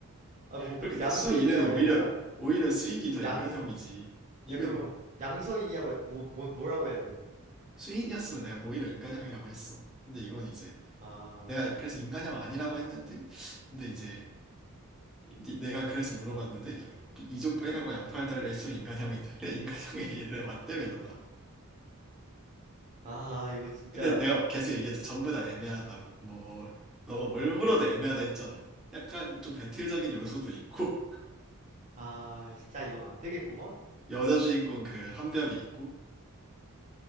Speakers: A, on the right; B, in the centre.
A: 아, 뭐, 그럼
B: 그렇게
A: 양서인이라고
B: 또 수인은
A: 해야
B: 오히려
A: 되나?
B: 오히려 수인이 더
A: 양,
B: 인간형이지. 이건
A: 예, 그러면 양서인이라고 뭐, 뭐 뭐라고 해야 되는데.
B: 수인이었으면 내가 오히려 인간형이라고 했어. 근데 이건 이제
A: 아,
B: 내가 그래서 인간형 아니라고 했는데 근데 이제 니- 내가 그래서 물어봤는데 야, 이족 보행하고 양팔 달려 있으면 인간형이냐? 그래 인간형이래 <laughs> 맞다며 너가.
A: 아 이거 진짜
B: 근데 내가 계속 얘기했지 전부 다 애매하다고. 뭐 너가 뭘 물어도 애매하다 했잖아. 약간 좀 배틀적인 요소도 있고 <laughs>
A: 아 진짜 이거 안 되겠구먼.
B: 여자 주인공 그 한별이 있고